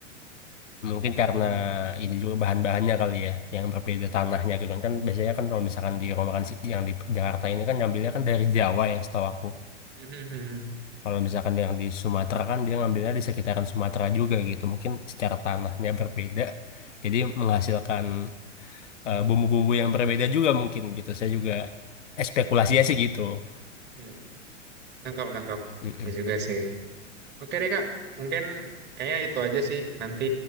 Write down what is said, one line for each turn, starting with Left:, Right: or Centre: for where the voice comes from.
Left: Mungkin karena
Right: Oh,
Left: ini juga bahan-bahannya kali ya, yang berbeda tanahnya gitu kan. Kan biasanya kan kalau misalkan di rumah makan si- yang di Jakarta ini kan ngambilnya kan dari Jawa ya setahu aku.
Right: mhm. mhm.
Left: Kalau misalkan yang di Sumatera kan dia ngambilnya di sekitaran Sumatera juga gitu. Mungkin secara tanahnya berbeda, jadi menghasilkan eh, bumbu-bumbu yang berbeda juga mungkin gitu. Saya juga eh, spekulasinya sih gitu.
Right: Iya. Nangkap, nangkap.
Left: Mm-mm.
Right: Ya juga sih. Oke deh Kak, mungkin kayaknya itu aja sih. Nanti